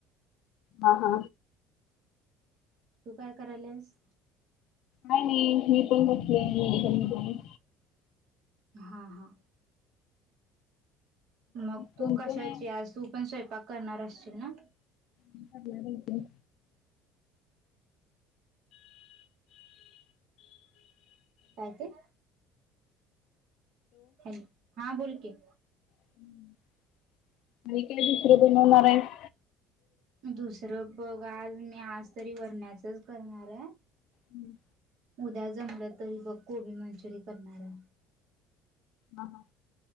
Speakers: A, on the left (about 50°); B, on the right (about 45°).
A: हा हा.
B: तू काय कराल्यास?
A: काय नई मी पण बसले मेडिकल मध्ये.
B: हा हा. मग
A: कोण
B: तू कशाची,
A: कोण आहे?
B: आज तू पण स्वयंपाक करणार असशील ना?
A: मी करणार हाय की.
B: काय ते? हॅलो हा बोल की.
A: हम्म, आणि काय दुसरं बनवणार हाईस?
B: दुसरं बघ आज मी आज तरी वरण्याचच करणाराय.
A: हम्म.
B: उद्या जमलं तरी बग कोबी मंचुरी करणाराय.
A: हा हा.